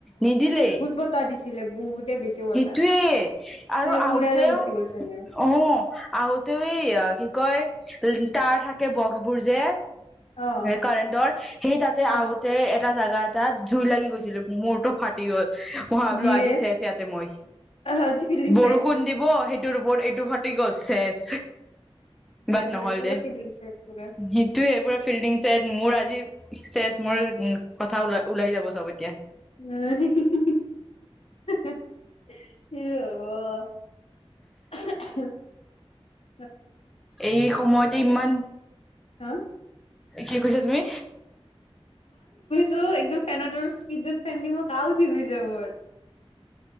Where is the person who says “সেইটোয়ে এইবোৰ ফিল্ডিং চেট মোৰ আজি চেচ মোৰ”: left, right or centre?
Centre